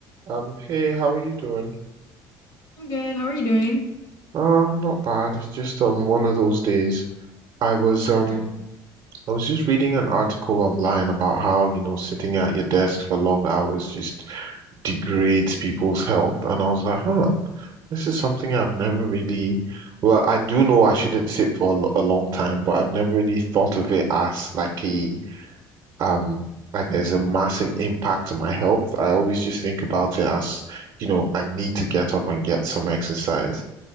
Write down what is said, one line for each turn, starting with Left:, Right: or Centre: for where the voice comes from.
Right: Um, hey, how are you doing?
Left: I'm good. How are you doing?
Right: Uh, I'm not bad. It's just um one of those days. I was um
Left: Yeah.
Right: I was just reading an article online about how, you know, sitting at your desk for long hours just degrades people's health. And I was like, huh, this is something I've never really, well, I do know I shouldn't sit for a, lo- a long time, but I've never really thought of it as like a um like there's a massive impact on my health. I always just think about it as, you know, I need to get up and get some exercise.